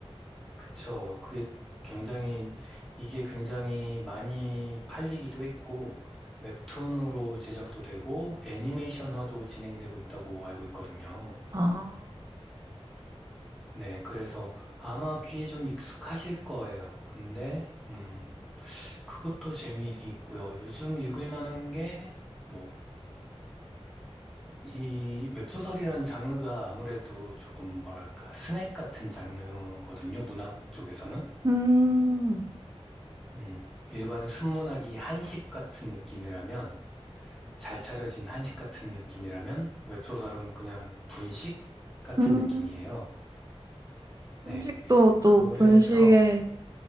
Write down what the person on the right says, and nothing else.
아,
음,
음,
분식도 또
분식에,